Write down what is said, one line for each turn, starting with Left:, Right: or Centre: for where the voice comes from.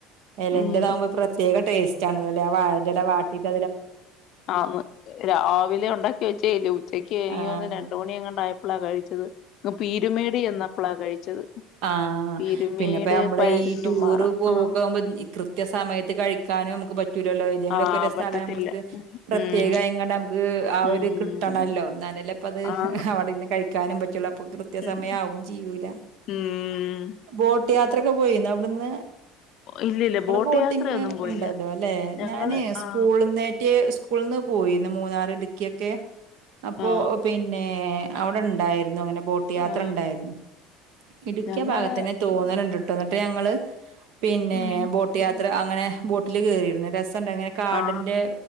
Right: ഇലയിൽ
Left: ഉം
Right: ആകുമ്പോൾ പ്രത്യേക ടേസ്റ്റ് ആണല്ലേ ആ വാഴില വാട്ടീട്ട്
Left: ആ രാവിലെ ഉണ്ടാക്കി വെച്ചേല്ലേ ഉച്ചക്ക്‌ എനിക്കൊന്ന്
Right: ആഹ്
Left: ന്ന് രണ്ട് മണി ആയപ്പ അപ്പളാണ് കഴിച്ചത് അ പീരുമേടി എന്നപ്പളാ കഴിച്ചത്
Right: ആഹ
Left: പീരുമേട്
Right: പിന്നെപ്പ നമ്മള്
Left: പരുന്തുംമ്പാറ
Right: ഈ ടൂറ് പോക്കുമ്പോ
Left: ആഹ്
Right: കൃത്യ സമയത്ത് കഴിക്കാനും മ്മക്ക് പറ്റ് പറ്റൂലല്ലോ ഏതങ്കിലുംസ്ഥലം
Left: ആഹ് പറ്റത്തില്ല
Right: നമ്മള്ക്ക് പ്രത്യേക
Left: ഉം
Right: ആയിങ്ങാണ്ട് നമുക്ക് ആ
Left: ഉം
Right: ഒരു കിട്ടണല്ലോ എന്നലല്ലേ അപ്പ അത്
Left: ആന്ന്
Right: അവിടെന്ന് കഴിക്കാനും പറ്റിയുള്ള കൃത്യസമയമാവു
Left: ഉം
Right: ചെയ്യും കുല
Left: ഉം
Right: വോ ട്ടയാത്രയക്കെ പോയിന്നോ അ വിടുന്ന്
Left: ഇല്ലില്ല ബോട്ട്
Right: ബോട്ടിങ്
Left: യാത്രയൊന്നും പോയില്ല
Right: ഉണ്ടല്ലോ അല്ലെ
Left: ഞങ്ങള്
Right: ഞാൻ സ്കൂളന്നേറ്റ്
Left: ആ
Right: സക്കു സ്കൂളിന്ന് പോയിന്ന് മൂന്നാർ ഇടുക്കിയൊക്കെ അപ്പോ
Left: ആ
Right: പിന്നെ അവിടെ ഉണ്ടായിരുന്നു അങ്ങനെ ബോട്ട് യാത്ര
Left: ആ
Right: ഉണ്ടായിരുന്നു ഇടുക്കിയ
Left: ഞങ്ങള്
Right: ഭാഗത്തന്നെ തോന്നുന്നത് <unintelligible> ഞങ്ങള് പിന്നെ
Left: ഉം
Right: ബോട്ട് യാത്ര അങ്ങനെ ബോട്ടിൽ കയറിയിരുന്നു രസ അങ്ങനെ കാടന്റെ
Left: ആ